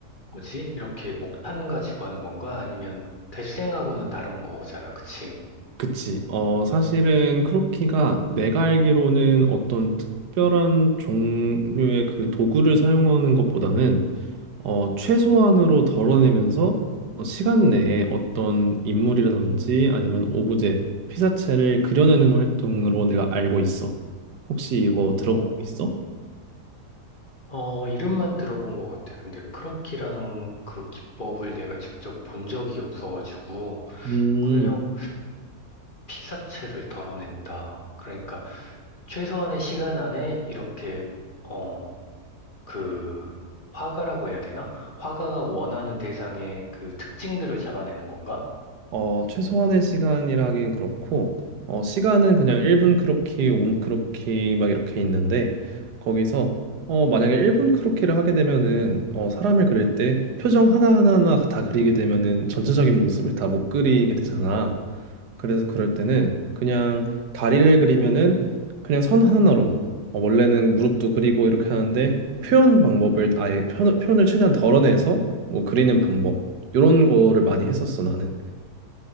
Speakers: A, on the left; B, on the right.
A: 뭐지? 이렇게 목탄 가지고 하는 건가? 아니면 대생하고는 다른 거잖아, 그치?
B: 그치. 어, 사실은 크로키가 내가 알기로는 어떤 특별한 종류의 그 도구를 사용하는 것보다는 어, 최소한으로 덜어내면서 어, 시간 내에 어떤 인물이라든지 아니면 오브제, 피사체를 그려내는 활동으로 내가 알고 있어. 혹시 이거 들어볼
A: 어,
B: 수 있어?
A: 어, 이름만 들어본 것 같아. 근데 크로키라는 그 기법을 내가 직접 본 적이 없어가지고,
B: 음,
A: 그냥 피사체를 덜어낸다. 그러니까 최소한의 시간 안에 이렇게, 어, 그 화가라고 해야 되나? 화가가 원하는 대상의 그 특징들을 잡아내는 건가?
B: 어, 최소한의 시간이라 하긴 그렇고, 어, 시간은 그냥 1분 크로키, 5분 크로키 막 이렇게 있는데, 거기서, 어, 만약에 1분 크로키를 하게 되면은, 어, 사람을 그릴 때 표정 하나하나 다 그리게 되면은 전체적인 모습을 다 못 그리게 되잖아. 그래서 그럴 때는 그냥 다리를 그리면은 그냥 선 하나로, 어, 원래는 무릎도 그리고 이렇게 하는데, 표현 방법을 아예 표현, 표현을 최대한 덜어내서 뭐 그리는 방법, 이런 거를 많이 했었어, 나는.